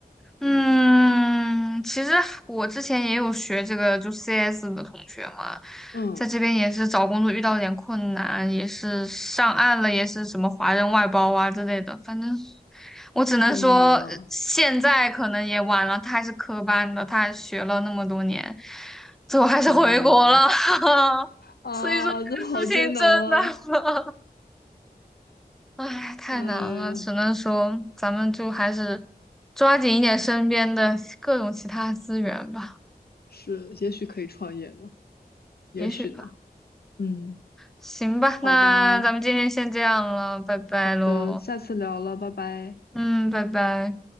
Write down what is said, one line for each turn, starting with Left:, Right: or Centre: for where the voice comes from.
Centre: 嗯，其实我之前也有学这个，就 CS 的同学嘛，
Left: 嗯，
Centre: 在这边也是找工作遇到了点困难，也是上岸了，也是什么华人外包啊之类的，反正我只能说呃现在可能也晚了，
Left: 救命啊！
Centre: 他还是科班的，他还学了那么多年，最后还是回国了，
Left: 天呐，
Centre: <laughs>
Left: 啊，
Centre: 所以说这个事情真的
Left: 这好艰难啊！
Centre: <laughs> 唉，太难了，
Left: 嗯，
Centre: 只能说咱们就还是抓紧一点身边的各种其他资源吧，
Left: 是，也许可以创业呢，也许呢。
Centre: 也许吧。
Left: 嗯，
Centre: 行吧，
Left: 好吧，
Centre: 那咱们今天先这样了，拜拜喽。
Left: 好的，下次聊了，拜拜。
Centre: 嗯，拜拜。